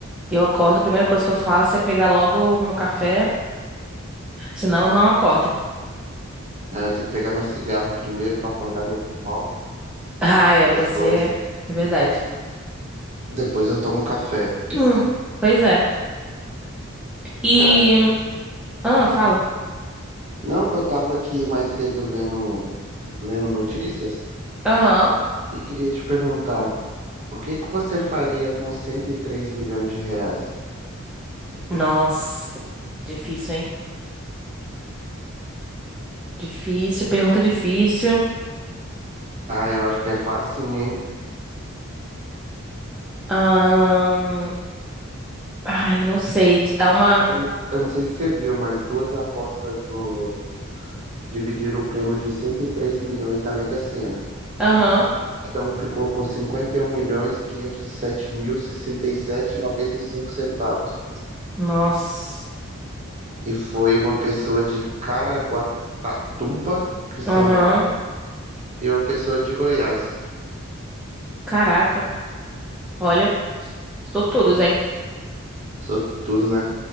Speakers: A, in the centre; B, on the right.
A: eu acordo, a primeira coisa que eu faço é pegar logo o meu café, senão eu não acordo.
B: Não, eu tenho que pegar meu cigarro primeiro pra acordar meu pulmão,
A: Ah, é, você.
B: depois,
A: É verdade.
B: depois eu tomo café.
A: <clears throat> Hum, Pois é. E.
B: Cara,
A: Ah, fala.
B: não, que eu tava aqui mais cedo vendo, lendo notícias.
A: Aham.
B: E queria te perguntar, o que que você faria com 103 milhões de reais?
A: Nossa, difícil, hein? Difícil, pergunta difícil.
B: Ah, eu acho que é facinho, hein?
A: Ahn, Ai, não sei. de Dar uma.
B: Eu não, eu não sei se você viu, mas duas apostas do, dividiram o prêmio de 103 milhões da Mega Sena.
A: Aham.
B: Cada um ficou com 51 milhões 507 mil sessenta e e sete e noventa e cinco centavos.
A: Nossa.
B: E foi uma pessoa de Caraguatatuba, de São
A: Aham.
B: Paulo, e uma pessoa de Goiás.
A: Caraca. Olha, sortudos, hein?
B: Sou tudo, né?